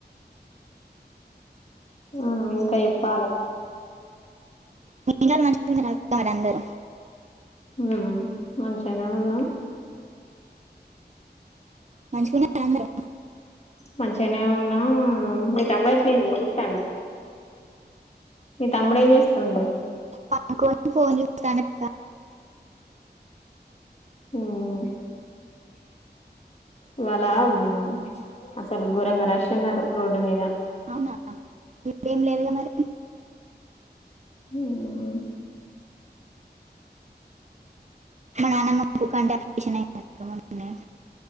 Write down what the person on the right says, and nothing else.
పిల్లలు మంచిగా ఉన్నారా అక్క మరి అందరూ
మంచిగున్నర అందరు
పనుకొని ఫోన్ చూస్తాను అక్క
అవునా ఇప్పుడేం
లేదుగా మరి
మా నానమ్మకు కంటి ఆపరేషన్ ఐయీంది అక్క మొన్ననే